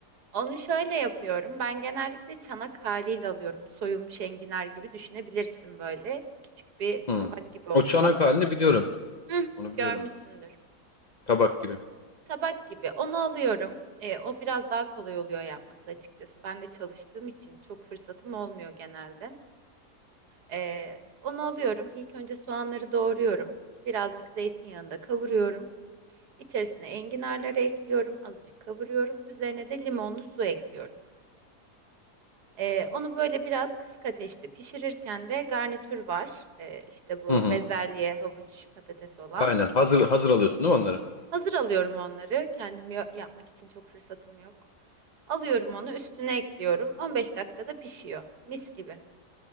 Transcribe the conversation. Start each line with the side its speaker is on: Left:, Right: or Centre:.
Right: Onu şöyle yapıyorum. Ben genellikle çanak haliyle alıyorum. Soyulmuş enginar gibi düşünebilirsin böyle. Küçük bir
Left: Hmm.
Right: tabak gibi oluyor.
Left: O çanak halini biliyorum.
Right: Hı,
Left: Onu biliyorum.
Right: görmüşsündür.
Left: Tabak gibi.
Right: Tabak gibi. Onu alıyorum. E, o biraz daha kolay oluyor yapması açıkçası. Ben de çalıştığım için çok fırsatım olmuyor genelde. Ee, onu alıyorum. İlk önce soğanları doğruyorum. Birazcık zeytinyağında kavuruyorum. İçerisine enginarları ekliyorum. Azıcık kavuruyorum. Üzerine de limonlu su ekliyorum. Ee, onu böyle biraz kısık ateşte pişirirken de garnitür var. Ee, işte bu
Left: Hı hı.
Right: bezelye, havuç, patates olan.
Left: Aynen. Hazır hazır alıyorsun değil mi onları?
Right: Hazır alıyorum onları. Kendim ya- yapmak için çok fırsatım yok. Alıyorum onu üstüne ekliyorum. 15 dakikada pişiyor. Mis gibi.